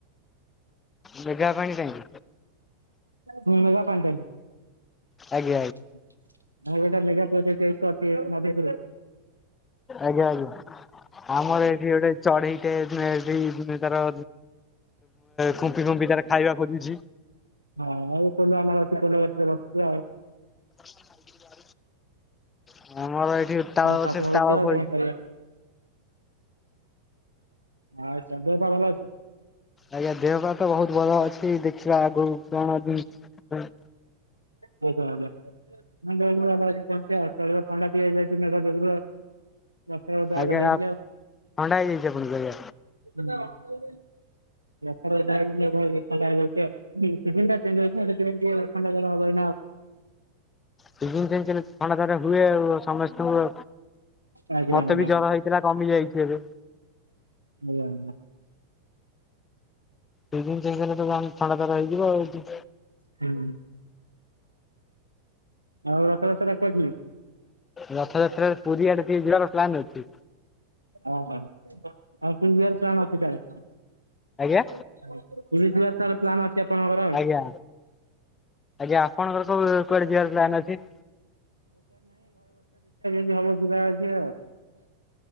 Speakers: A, on the left (about 20°); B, on the right (about 85°).
A: ମେଘା ପାଣି କାହିଁକି
B: ହୁଁ ନୂଆ ପାଣ୍ ଟାଙ୍କି।
A: ଆଗି
B: ଆଉ ଗୋଟେ ଲେଗା ପ୍ରୋଜେକ୍ଟ୍ ଏଇଥର ଟିଅ ନବେପୁର।
A: ଆଜ୍ଞା ଆଜ୍ଞା ଆମର ଏଠି ଗୋଟେ ଚଢ଼େଇଟେ ମେ ଏଇନେ ତାର ଖୁମ୍ପି ଖୁମ୍ପି ତାର ଖାଇବା ଖୋଜୁଛି
B: ହଁ ଆଉ ତଲେ ଆମର ସାଇକଲ୍ ବେପାରେ ବସଥିଲ।
A: <inaudible> ଆମର ଏଠି ତାଳ
B: ଦେଖା
A: ଗଛ
B: ତ ହୋଇଚି
A: ତାଳ
B: ଆଉ
A: ଫଳିଛି।
B: କଣ କରିବା? ଆଉ ସା ଦେହ ପା ଭଲ ଅଛି?
A: ଆଜ୍ଞା ଦେହ ପା ତ ବହୁତ ଭଲ ଅଛି ଦେଖିବା ଆଗକୁ କଣ ଉଁ
B: ବେଚ ଅଜା ମୁ ଜଇନି <unintelligible> ଆଉ ଥଣ୍ଡା ଟିକେ ହେଇଯାଇଚି ମେଘ ଯୋଗୁରୁ ଆଉ। ଲକ୍ଷେ ଗୋଟେ
A: ଆଜ୍ଞା
B: ଆଗ ହେଇଯାଉ।
A: ଥଣ୍ଡା ହେଇଯାଇଛି ଆପଣଙ୍କୁ ଆଜ୍ଞା
B: ହୁଁ ରଥର ଓଦା ହେଇକି ମେଘ ହେଇକି ଥଣ୍ଡା ହେଇଯା କିଏ ଅଛନ୍ତି କି ସିଜିନ୍ ଟା ଚେଞ୍ଜ୍ ହେଇଚି ନାଁ ସେଥିପାଇଁ ଟିଏ ଥଣ୍ଡା ଜର ହବ ଏ
A: ସିଜିନ୍ ଚେଞ୍ଚ୍ ହେଲେ ଥଣ୍ଡା ଜର ହୁଏ ଆଉ। ସମସ୍ତଙ୍କୁ
B: ଆଜ୍ଞା
A: ମତେ
B: ଆଜ୍ଞା
A: ବି ଜର ହେଇଥିଲା କମି ଯାଇଛି ଏବେ।
B: ମେୟା ଆନଲା।
A: ସିଜିନ୍ ଚେଞ୍ଜ୍ ହେଲେ ତ ବଣି ଥଣ୍ଡା ଜର ହେଇଯିବ ଆଉ।
B: ହୁଁ। ଆଉ ରଥଯାତ୍ର କୁଆଡ଼େ ଯିବେ?
A: ରଥଯାତ୍ରାରେ ପୁରୀ ଆଡ଼େ ଟିକେ ଯିଆର ପ୍ଲାନ୍ ଅଛି।
B: ଆଉ ହଉ ଆଉ ପୁରୀ ଯିବାର ପ୍ଲାନ୍ ଅଛି ତାହେଲେ।
A: ଆଜ୍ଞା
B: ପୁରୀ ଯିବାର ତାହେଲେ ପ୍ଲାନ୍ ଅଛି ଆପଣଙ୍କର ଆଉ।
A: ଆଜ୍ଞା ଆଜ୍ଞା ଆପଣଙ୍କର କୋଉ କୁଆଡ଼େ ଯିବାର ପ୍ଲନ୍ ଅଛି?
B: କି ହବ ଯିବାର ଅଛି ଅଛି।